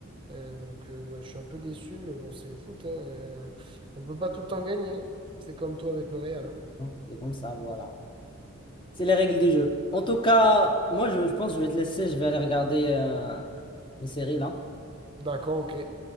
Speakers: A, on the right; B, on the left.
A: Euh, donc, euh, ouais, je suis un peu déçu, mais bon, c'est le foot. hein, euh, on peut pas tout le temps gagner. C'est comme toi avec le Real. hein.
B: Hein, C'est comme ça, voilà. C'est les règles du jeu. En tout cas, moi, je, je pense que je vais te laisser. Je vais aller regarder euh, une série là.
A: D'accord, ok.